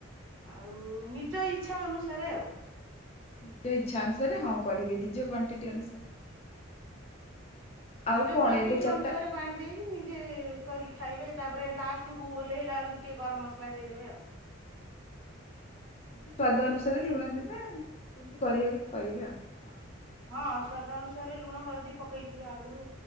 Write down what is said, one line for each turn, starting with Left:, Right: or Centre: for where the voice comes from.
Right: ଆଉ ନିଜ ଇଚ୍ଛା ଅନୁସାରେ ଆଉ।
Left: ନିଜ ଇଚ୍ଛା ଅନୁସାରେ ହଁ କରିବେ ନିଜ କ୍ୱଣ୍ଟିଟି ଅନୁସାରେ। ଆଉ
Right: ନିଜ
Left: କଣ
Right: କ୍ଵାଣ୍ଟିଟି
Left: ଏବେ ଚାରିଟା
Right: ଅନୁସାରେ ପାଣି ଦେଇକି ନିଜେ କରିି ଖାଇବେ ତାପରେ ଲାଷ୍ଟକୁୁ ଓହ୍ଲେଇଲାବେଳକୁ ଟିକେ ଗରମ ମସଲା ଦେଇଦେବେ ଆଉ।
Left: କିନ୍ତୁ ସ୍ଵାଦ ଅନୁସାରେ ଲୁଣ ଦେବେ ଯେମିତି କରିବା କଥା କରିବେ ଆଉ। ହଁ
Right: ହଁ ସ୍ୱାଦ ଅନୁସାରେ ଲୁଣ ହଳଦୀ ପକେଇଥିବେ ଆଗରୁ।